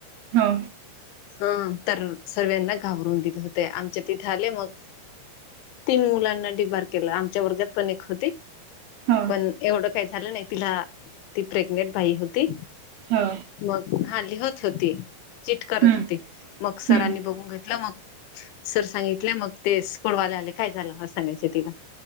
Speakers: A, on the right (about 70°); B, on the left (about 80°).
A: हा.
B: हं... तर... सर्व्यांना घाबरून दिले होते, आमच्या तिथे आले मग तीन मुलांना डिबार केलं, आमच्या वर्गात पण एक होती
A: हा
B: पण एवढं काही झालं नाही तिला, ती प्रेग्नेंट भाई होती
A: हा
B: मग... हा, लिहत होती, चिट करत
A: हम्म
B: होती मग सरांनी
A: हम्म
B: बघून घेतलं मग सर सांगितले, मग ते स्कॉडवाले आले, काय झालं असं सांगायच तिला